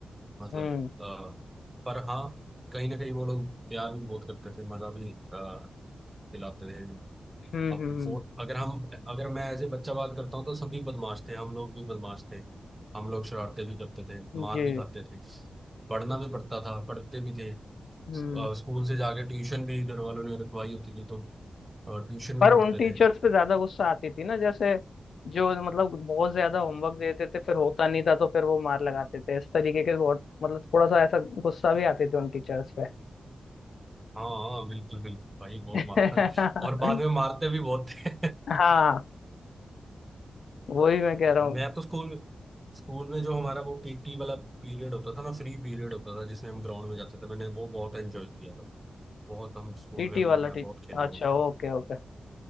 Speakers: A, on the right (about 15°); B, on the left (about 75°).
A: मतलब
B: हम्म
A: अ, पर हाँ कहीं ना कहीं वो लोग प्यार भी बहुत करते थे मजा भी अ, दिलाते थे
B: हम्म
A: अब
B: हम्म
A: तो फोर अगर हम अगर मैं एज ए बच्चा बात करता हूँ तो सभी बदमाश थे हम लोग भी बदमाश थे हम लोग शरारतें भी करते थे मार
B: जी
A: भी खाते थे पढ़ना भी पड़ता था पढ़ते भी थे अ,
B: हम्म
A: स्कूल से जाके ट्यूशन भी घर वालों ने रखवाई होती थी तो अ, ट्यूशन
B: पर
A: भी
B: उन
A: पढ़ते
B: टीचर्स
A: थे
B: पे ज्यादा गुस्सा आती थी ना जैसे जो मतलब बहुत ज्यादा होमवर्क देते थे फिर होता नहीं था तो फिर वो मार लगाते थे इस तरीके के बहुत मतलब थोड़ा सा ऐसा गुस्सा भी आते थे उन टीचर्स पे
A: हाँ हाँ बिल्कुल बिल्कुल भाई बहुत
B: <laughs>
A: मार <laughs> और बाद में मारते भी बहुत थे
B: हाँ वही मैं कह रहा
A: <laughs> मैं
B: हूँ
A: तो स्कूल में स्कूल में जो हमारा वो पीटी वाला पीरियड होता था ना फ्री पीरियड होता था जिसमें हम ग्राउंड में जाते थे मैंने वो बहुत एंजॉय किया था बहुत हम स्कूल
B: पीटी वाला
A: में मतलब
B: टीचर
A: मैं बहुत खेला
B: अच्छा
A: हूँ
B: ओके ओके तो